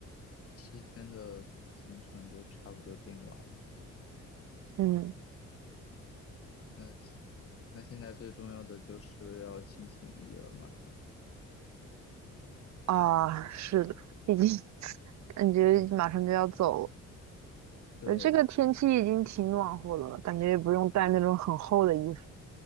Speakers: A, on the left (about 50°); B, on the right (about 65°).
A: 七天的行程就差不多定完了。
B: 嗯
A: 那那现在最重要的就是要清行李了，马上。
B: 啊，是的，毕竟 <laughs> 感觉马上就要走了，
A: 对对，
B: 呃，这个天气已经挺暖和的了，感觉也不用带那种很厚的衣服，